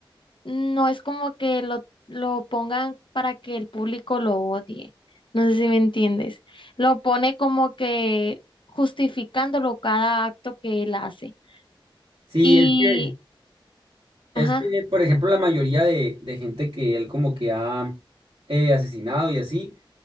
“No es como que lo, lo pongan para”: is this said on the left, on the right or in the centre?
Left